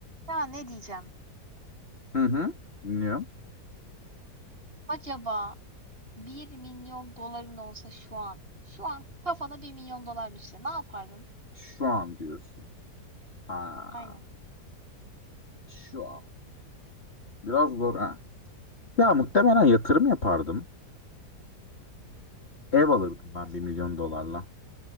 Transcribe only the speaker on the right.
Ya ne diyeceğim?
Acaba bir milyon doların olsa şu an, şu an kafana bir milyon dolar düşse ne yapardın?
Aynen.
E Senin
ne?